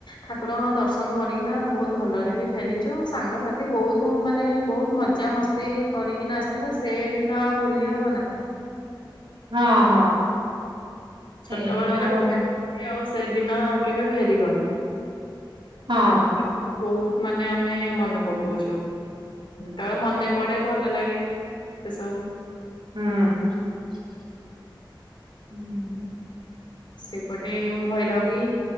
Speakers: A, on the left; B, on the right.
A: ଠାକୁ ରଙ୍କ ଦର୍ଶନ କରିକିନା ବୋହୁତ ଭଲରେ ବି ଫେରିଚୁ ସାଙ୍ଗସାଥି ବୋହୁତୁ ମାନେ ବୋହୁତ ମଜାମସ୍ତି କରିକିନା ଆସଥିଲୁ ସେ ଦିନ ଆଉ ଭୁଲି ହବ ନା।
B: ହଁ ହଁ।
A: ଛୋଟୋବେଳର
B: ଏଇଆ ଆଉ
A: ଗୋଟେ ସ୍ମୁତି ଆଉ ସେଦିନ ଆଉ କେବେ ଫେରିବନି।
B: ହଁ
A: ତାକୁ ବହୁତ୍ ମାନେ ଆମେ ମନେ ପକଉଛୁ। ଯେତବେଳେ ମନେ ପଡେ ଭଲ ଲାଗେ ସେ ସବୁ।
B: ହୁଁ।
A: ସେପଟେ ଭୈରବୀ